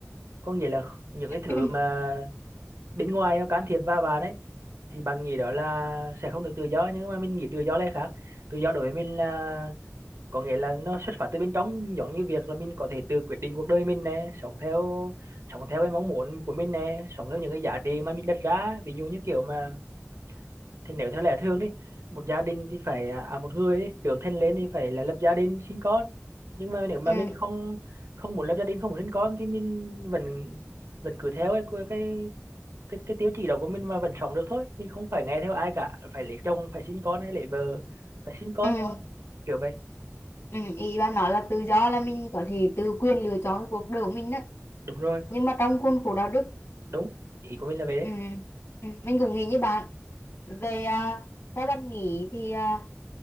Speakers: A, on the right; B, on the left.
A: có nghĩa là những cái
B: <clears throat>
A: thứ mà bên ngoài nó can thiệp vào bạn ấy thì bạn nghĩ đó là sẽ không được tự do nhưng mà mình nghĩ tự do là khác tự do đối với mình là có nghĩa là nó xuất phát từ bên trong giống như việc là mình có thể tự quyết định cuộc đời mình nè sống theo sống theo cái mong muốn của mình nè sống theo những cái giá trị mà mình đặt ra ví dụ như kiểu mà thì nếu theo lẽ thường đi một gia đình thì phải à à, một người đi, trưởng thành lên thì phải là lập gia đình sinh con nhưng mà nếu mà
B: ừ
A: mình không không muốn lập gia đình không muốn sinh con thì mình vẫn vẫn cứ theo cái cái cái cái tiêu chí đó của mình mà vẫn sống được thôi mình không phải nghe theo ai cả phải lấy chồng phải sinh con hay lấy vợ phải sinh con
B: ừ
A: kiểu vậy
B: ừ ý bà nói là tự do là mình có thể tự quyền lựa chọn cái cuộc đời của mình đó
A: đúng rồi
B: nhưng mà trong khuôn khổ đạo đức
A: đúng ý của mình là vậy đấy
B: ừ, ừ mình cũng nghĩ như bạn về à, theo bạn nghĩ thì à,